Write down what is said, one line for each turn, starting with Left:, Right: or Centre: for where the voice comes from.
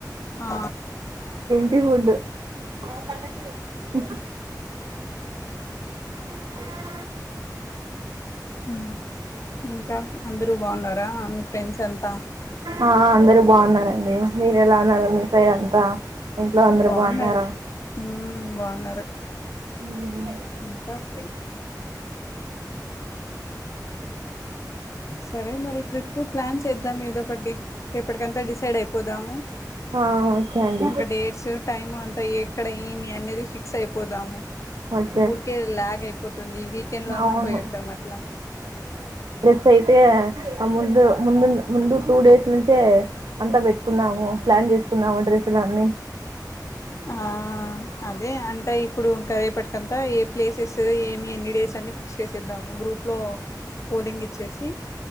Left: ఆ
Right: టి ఫుడ్డు. క <inaudible> అ <inaudible>
Left: ఉమ్. ఇంకా అందురూ బాన్నారా మీ ఫ్రెండ్స్. అంతా
Right: ఆ అందరు బాగున్నారండి మీరు ఎలా ఉన్నారు మీ సైడ్ అంతా ఇంట్లో అందరు
Left: బాగున్నారు
Right: బాగున్నారా
Left: ఉమ్ బాగున్నారు
Right: ఉమ్ ఉమ్
Left: అంతా ఓకే సరే మరి ట్రిప్పు ప్లాన్ చేద్దామేదొకటి రేపటికంతా డిసైడైపోదాము.
Right: ఆ ఓకే అండి
Left: ఇక డేట్సు టైము అంత్. త ఏక్కడ ఏమి అన్నెదిష్ ఫిక్స్ అయిపోదాము
Right: ఓకే ఓకే
Left: ఊరికే ల్యాగ్ అయిపోతుంది వీకెండ్ లో ఉన్నా
Right: అవును
Left: పోయిద్దాం అట్లా
Right: సైతే ముందు ముం ముం ముందు టూ డేస్ నుంచే అంతా పెట్టుకున్నాము ప్లాన్ చేసుకున్నాము డ్రెస్లన్నీ
Left: ఆ అదే అంతె ఇప్పుడు ఇంకా రెపటికంత ఏ ప్లేసెస్ ఏమి ఎన్ని డేస్ అన్ని ఫిక్స్ చేసేద్దాము గ్రూప్లో పోలింగ్ ఇచ్చేసి